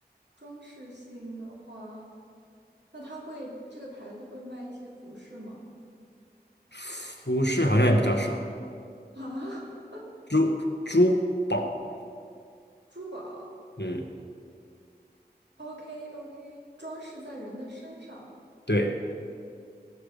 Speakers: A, on the right; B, on the left.
A: 装饰性的话，那它会这个牌子会卖一些服饰吗？
B: 服饰好像也比较少，
A: 啊，<laughs>
B: 珠珠宝，
A: 珠宝
B: 嗯，
A: ？OK OK，装饰在人的身上
B: 对。